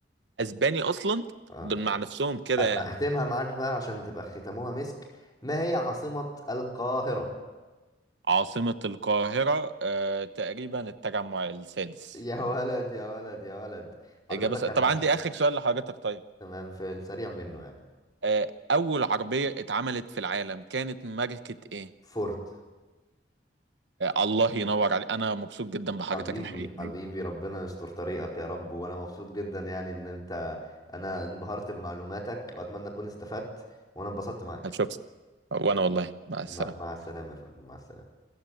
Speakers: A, on the right; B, on the left.
A: اسباني اصلا
B: آه.
A: دول مع نفسهم كده
B: أ-
A: يعني
B: أختمها معاك بقى عشان تبقى ختموها مسك ما هي عاصمة القاهرة
A: عاصمة القاهرة آه تقريبا التجمع السادس
B: يا ولد يا ولد يا ولد حضرتك
A: إجابة س... طب
B: أنا
A: عندي
B: أنا
A: آخر سؤال لحضرتك طيب
B: تمام في السريع منه يعني
A: آه أول عربية اتعملت في العالم كانت ماركة إيه؟
B: فورد
A: آه الله ينور عليك أنا مبسوط جدا
B: حبيبي
A: بحضرتك الحقيقة
B: حبيبي ربنا يستر طريقك يا رب وانا مبسوط جدا يعني ان انت انا انبهرت بمعلوماتك واتمنى اكون استفدت وانا انبسطت معاك
A: هتشوف وانا والله مع السلامة
B: مع مع السلامة يا فندم مع السلامة